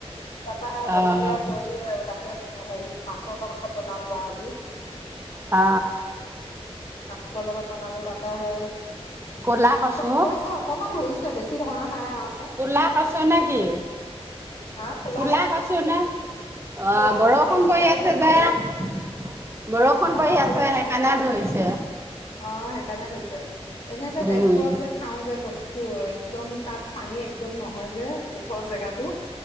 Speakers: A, on the left; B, on the right.
A: তাপা মই বখলিয়াই
B: অ',
A: কৰি তাকে হেৰি মাছৰ লগত বনালো আৰু আজি।
B: আ
A: মাছৰ লগত বনালো তাপা সে,
B: ক'লা কচু,
A: খজুৱাইছে অকনমান ধৰি বেছি ধৰা নাই আও।
B: কোলা কচু নে কি?
A: হা ক'লা
B: কোলা কচু নে, অ'
A: ক'লা
B: বৰষুণ
A: কচু ঠাৰি কেইডাল
B: পৰি আছে
A: ঠাৰি
B: যে। বৰষুণ
A: অ
B: পৰি আছে
A: বৰষুণ
B: সেইকাৰণে
A: প-
B: ধৰিছে।
A: অ' সেইকাৰণে ধৰিছে, এনে যে তেজপুৰত
B: উম,
A: যে খাওঁ যে কচ তাত পানী একদম নহয় যে ওখৰ জেগাতো।